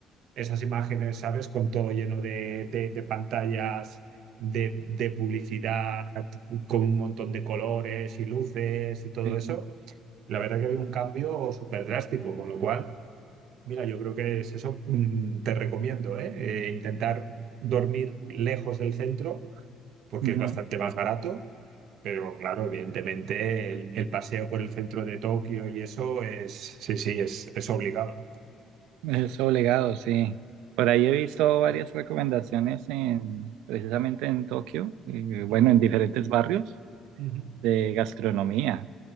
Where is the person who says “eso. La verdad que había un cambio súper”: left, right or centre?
Right